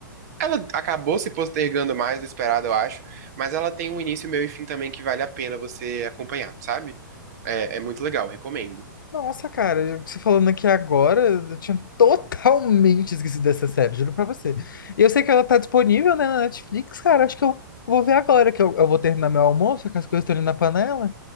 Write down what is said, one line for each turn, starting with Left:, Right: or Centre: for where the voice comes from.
Right: ela acabou se postergando mais do esperado, eu acho, mas ela tem um início, meio e fim também que vale a pena você acompanhar, sabe? É, é muito legal, recomendo.
Left: Nossa, cara, você falando aqui agora, eu tinha totalmente esquecido dessa série, juro pra você. E eu sei que ela tá disponível, né, na Netflix, cara, acho que eu vou ver agora, que eu, eu vou terminar meu almoço, que as coisas estão ali na panela.